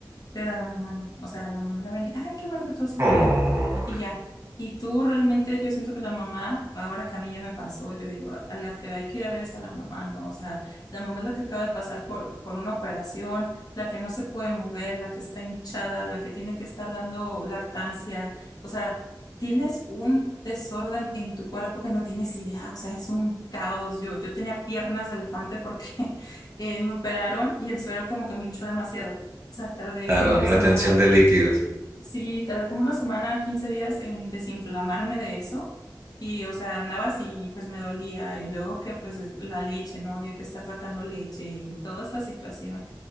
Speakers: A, on the left; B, on the right.
A: pero a la mamá no. O sea, la mamá la ven y, ay, qué bueno que todo se
B: Oh,
A: ve bien y ya. Y tú realmente, yo siento que la mamá, ahora que a mí ya me pasó, yo digo, a la que hay que ir a ver es a la mamá, ¿no? O sea, la mamá es la que acaba de pasar por, por una operación, la que no se puede mover, la que está hinchada, la que tiene que estar dando lactancia. O sea, tienes un desorden en tu cuerpo que no tienes idea, o sea, es un caos. Yo, yo tenía piernas de elefante porque <laughs> eh, me operaron y el suero como que me hinchó demasiado. O sea, tardé
B: claro,
A: como una
B: retención
A: semana
B: de líquidos.
A: Sí, tardé como una semana, 15 días en desinflamarme de eso. Y, o sea, andaba así y pues me dolía. Y luego que pues la leche, ¿no? Había que estar sacando leche y toda esta situación.